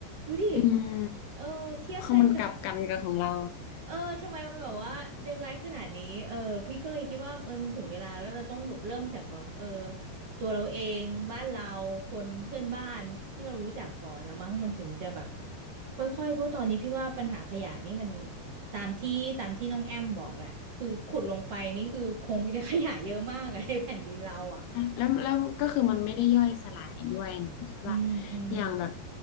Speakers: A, on the right; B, on the left.
A: ดูดิ
B: อืม
A: เออเทียบกันกับ
B: คือมันกลับกันกับของเรา
A: เออทำไมมันแบบว่าเลวร้ายขนาดนี้เออพี่ก็เลยคิดว่าเออมันถึงเวลาแล้วเราต้องแบบเริ่มจากแบบเออตัวเราเองบ้านเราคนเพื่อนบ้านที่เรารู้จักก่อนแล้วมั้งมันถึงจะแบบค่อยๆเพราะตอนนี้พี่ว่าปัญหาขยะนี่มันตามที่ตามที่น้องแอมบอกแหละคือขุดลงไปนี่คือคงจะขยะเยอะมากอะในแผ่นดินเราอะ
B: อะแล้วแล้วก็คือมันไม่ได้ย่อยสลายด้วยหนูคิดว่า
A: อืมอืม
B: อย่างแบบ